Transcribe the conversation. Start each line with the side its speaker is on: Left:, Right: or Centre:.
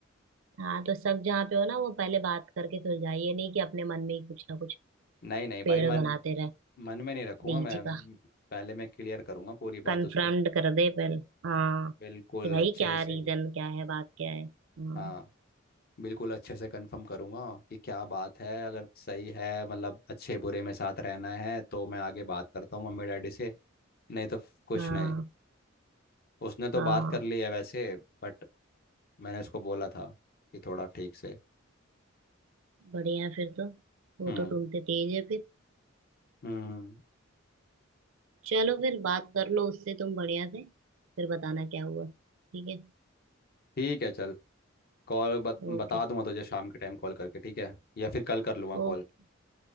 Right: हाँ तो सब जहाँ पे हो ना वो पहले बात करके सुलझाइए ये नहीं कि अपने मन में ही कुछ ना कुछ
Left: नहीं नहीं भाई
Right: पेड़
Left: मन
Right: बनाते रह
Left: मन में नहीं रखूंगा
Right: बीज
Left: मैं
Right: का
Left: पहले मैं क्लियर करूंगा पूरी
Right: कन्फ्रम्ड
Left: बात उसके
Right: कर दे पहले हाँ
Left: बिल्कुल
Right: कि भाई
Left: अच्छे
Right: क्या
Left: से
Right: रीजन क्या है बात क्या है हाँ
Left: हाँ बिल्कुल अच्छे से कंफर्म करूंगा कि क्या बात है अगर सही है मतलब अच्छे बुरे में साथ रहना है तो मैं आगे बात करता हूँ मम्मी डैडी से नहीं तो फ- कुछ
Right: हाँ
Left: नहीं उसने तो
Right: हाँ
Left: बात कर ली है वैसे बट मैंने उसको बोला था कि थोड़ा ठीक से
Right: बढ़िया है फिर तो वो
Left: हम्म
Right: तो तुमसे तेज है फिर
Left: हम्म
Right: चलो फिर बात कर लो उससे तुम बढ़िया से फिर बताना क्या हुआ ठीक है
Left: ठीक है चल कॉल बत,
Right: Okay
Left: बता दूंगा तुझे शाम के टाइम कॉल करके ठीक है या फिर कल कर लूँगा
Right: okay
Left: कॉल